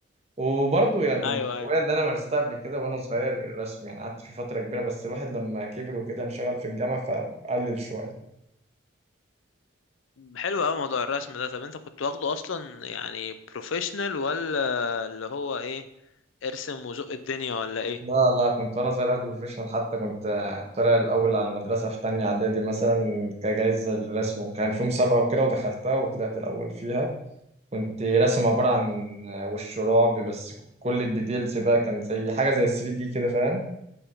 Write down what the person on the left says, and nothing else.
ايوه
ايوه
حلو قوي موضوع الرسم ده طب انت كنت واخده اصلا يعني بروفيشنال ولا اللي هو ايه ارسم وزق الدنيا ولا ايه